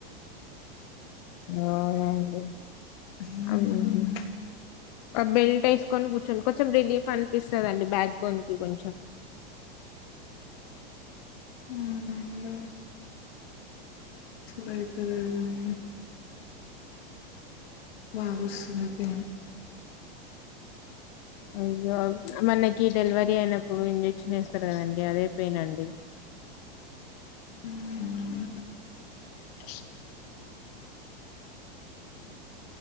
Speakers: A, on the left (about 40°); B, on the left (about 75°).
A: ఆహ అండి
B: మ్మ్.
A: అవును అ బెల్ట్ ఏస్కొని గుచ్చోన్ కొంచమ్ రిలీఫ్ అన్పిస్తద అండి బ్యాక్ బోన్ కి కొంచం మ్
B: ఆ హాల్లో రైతులు ఆమ్ <unintelligible> బాగొవోస్తుంది పేను
A: అయ్యో మనకి డెలివరీ అయిన అప్పుడు ఇంజెక్షన్ వేస్తారు కద అండి అదే పెయిన్ అండి
B: మ్ మ్
A: అ